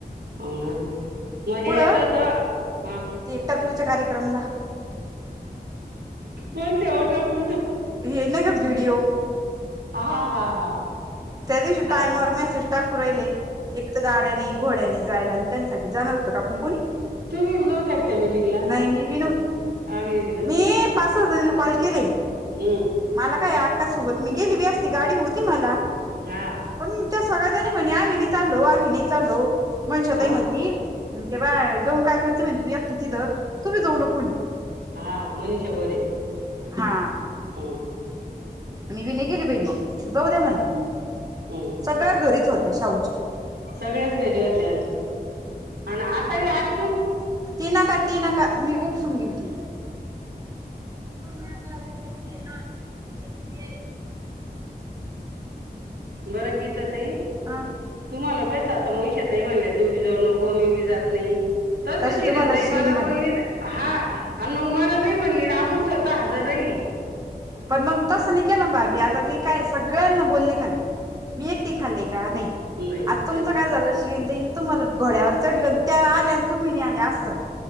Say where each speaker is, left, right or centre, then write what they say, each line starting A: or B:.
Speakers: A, on the right (about 90°); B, on the right (about 20°).
A: हो ना मले
B: कुठं
A: यायचं होतं हा
B: ते टकलूच्या कार्यक्रमला
A: कोणते ओ टकलु
B: येन का बीडिओ
A: हा हा हा
B: त्या दिवशी
A: हा
B: टायमावर मेसेज टाकू राहिले एक तर गाड्याने घोड्याने जायला आणि त्यांसाठी जाणार होत का आपण कोणी
A: तुम्ही बी नव्हता का त्या मिटिंगला
B: नाही मी बी नव्हती
A: आम्ही बी नवतो.
B: मी पाच सहा जनींना कॉल केले.
A: हम्
B: मला काय आक्कासोबत मी गेली बी अस्ती गाडी होती मला
A: हा
B: पण त्या सगळ्याजणी म्हणे आम्ही नाही चालो आम्ही नाही चालो मनीषा तई
A: हो
B: म्हणती
A: ना
B: म्हण ते बाय जाऊन काय करते म तू एकटे तिथं तू बी जाऊ नको म्हंटली
A: हा मनीषा भोरे.
B: हा
A: हम्म
B: मी बी नय गेली बाई मग जाऊ द्या म्हणलं मग
A: हम्म
B: सगळ्या घरीच होत्या शाहूच्या
A: सगळ्याच घरी होत्या. आण आण आता बी आत
B: ती नका ती नका मी खूप सून घिती. ना <unintelligible>
A: बर का गीता ताई
B: हां,
A: तुम्हाला कसं आता मनीषा ताई म्हणल्या तू बी जाऊ नको मी बी जात नाही. तस
B: तशी
A: शिरीन
B: तुम्हाला
A: ताई
B: श्रीन
A: मला
B: म्हणली
A: बोलली ना हा, आण मग मला नाही म्हणली न आपण स्वतः हजर राहिली.
B: पण मग तसं नाही केलं भाबी, आता मी काय सगळ्यांना बोलणे खाल्ली. मी एकटीन खाल्ली का? नाही.
A: नाही
B: आता
A: बरोबर
B: तुमचं काय झालं शरीन ताईन तुम्हाला घोड्यावर चढल, अन त्या आल्या आण तुम्ही नही आल्या, असं झालं.